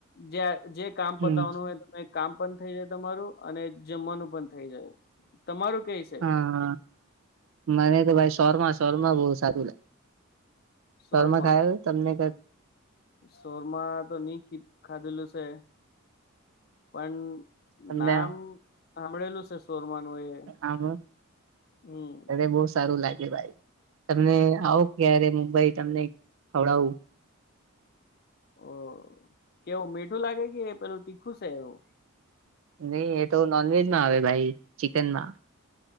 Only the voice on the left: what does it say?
જ્યાંજે કામ પતાવનું
હોય તમે કામ પણ થઈ જાય તમારું અને જમવાનું પણ થઈ જાય. તમારું કઈ સે?
શોરમાં
શોરમાં તો નહી ખી ખાધેલું સે. પણ
નામ સાંભળેલું છે શોરમાનું એ.
હમ
ઓ કેવું મીઠું લાગે કે પેલું તીખું સે એવું.